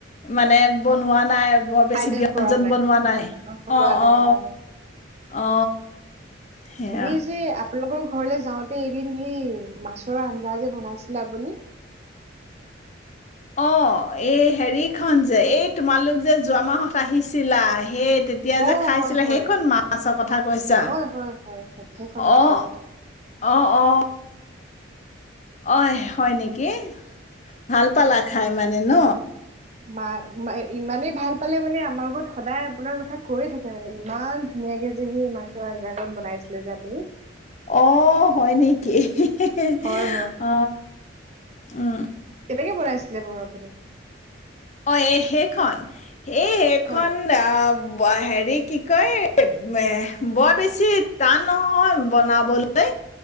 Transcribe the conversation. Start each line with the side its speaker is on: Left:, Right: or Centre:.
Left: মানে বনোৱা নাই। বৰ বেছি
Right: আইডল
Left: ব্যঞ্জন
Right: কৰা
Left: বনোৱা নাই
Right: বনোৱা
Left: অ-অ
Right: নাই অ
Left: অ সেয়া
Right: সেই যে আপোনালোকৰ। ঘৰলে যাওঁতে এদিন সেই মাছৰ আঞ্জা যে বনাইছিলে আপুনি।
Left: অ এই হেৰিখন যে এই তোমালোক যে যোৱা মাহত আহিছিলা সেই তেতিয়া যে
Right: অ
Left: খাইছিলে
Right: হয় হয়
Left: সেইখন মাছৰ কথা কৈছা
Right: হয় হয় হয় হয় সেইখন মাছৰ
Left: অ-অ-অ
Right: কথা
Left: অ হয় নেকি ভাল ভাল পালা খাই মানে ন
Right: মা ইমানেই ভাল পালে মানে আমাৰ ঘৰত সদায় আপোনাৰ কথা কৈয়ে থাকে মানে ইমান ধুনীয়াকে যে সেই মাছৰ আঞ্জাকন বনাইছিলে যে আপুনি
Left: অ হয় নেকি হিহি
Right: হয় হয়
Left: অ উম
Right: কেনেকে বনাইছিলে বাৰু আপুনি
Left: অ এই সেইখন এ সেইখন
Right: হয়
Left: অ হেৰি কি কয় এ বৰ বেছি টান নহয় বনাবলৈ